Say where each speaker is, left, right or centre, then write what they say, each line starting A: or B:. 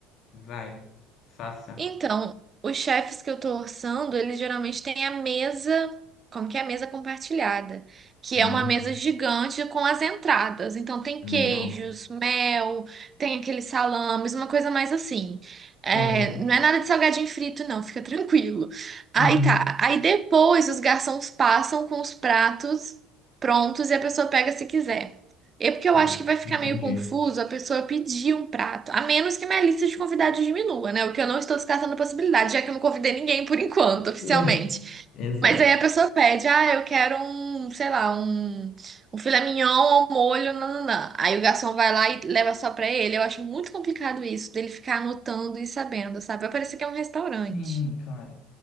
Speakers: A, on the left (about 50°); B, on the right (about 30°).
A: vai, faça.
B: Então, os chefes que eu tô orçando, eles geralmente têm a mesa, como que é a mesa compartilhada, que
A: Hum,
B: é uma mesa gigante com as entradas. Então tem
A: Legal.
B: queijos, mel, tem aqueles salames, uma coisa mais assim. É,
A: Uhum.
B: não é nada de salgadinho frito, não, fica <laughs> tranquilo. Aí
A: Uhum.
B: tá. Aí depois os garçons passam com os pratos prontos e a pessoa pega se quiser. É porque
A: Tá,
B: eu acho que vai ficar
A: entendi.
B: meio confuso a pessoa pedir um prato, a menos que minha lista de convidados diminua, né? O que eu não estou descartando a possibilidade, já que eu não convidei ninguém por enquanto, oficialmente.
A: <laughs> É, Exato.
B: Mas aí a pessoa pede, ah, eu quero um, sei lá, um, um filé mignon ao molho, nananã. Aí o garçom vai lá e leva só pra ele. Eu acho muito complicado isso, dele ficar anotando e sabendo, sabe? Vai parecer que é um restaurante.
A: Sim, claro.